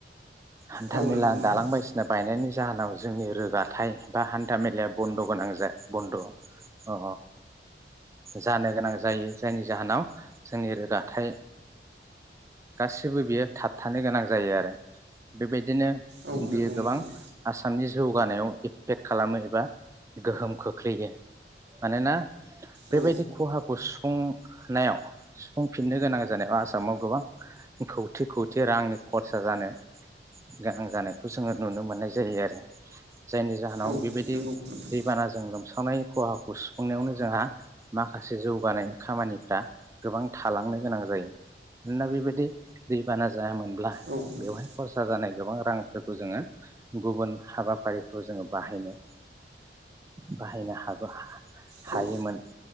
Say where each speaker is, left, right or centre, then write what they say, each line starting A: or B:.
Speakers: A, on the right (about 15°); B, on the right (about 85°).
A: हान्था
B: औ
A: मेला
B: नंगौ नोंथां
A: दालां बायसिना बायनायनि। जाहोनाव जोंनि रोगाथाइ। बा हान्था मेलाया बन्द' गोनां जा बन्द' अ जानो गोनां जायो जायनि जाहोनाव जोंनि रोगाथाइ गासिबो बियो थाबथानो गोनां जायो आरो बेबायदि दिनो
B: औ
A: बियो
B: नंगौ
A: गोबां
B: नोंथां
A: आसामनि जौगानायाव एब फेक खालामो एबा गोहोम खोख्लैयो मानोना बेबायदि
B: औ
A: खहाखौ सुफुं सुनायाव सुफुंफिननो गोनां जानायाव आसामाव गोबां खौथि खौथि रांनि खरसा जानो गोनां जानायखौ जोङो नुनो मोननाय जायो आरो। जायनि जाहोनाव
B: औ
A: बेबायदि
B: नंगौ नोंथां
A: दैबानाजों लोमसावनाय खहाखौ सुफुंनायावनो जोंहा माखासे जौगानायनि खामानिफ्रा गोबां थालांनो गोनां जायो। मानोना बेबायदि दैबाना जायामोन ब्ला
B: औ नंगौ
A: बेवहाय खरस सा जानाय गोबां रांफोरखौ जोङो गुबुन हाबाफारिफ्राव जोङो बाहायनो बाहायनो हागो हा
B: औ
A: हायोमोन।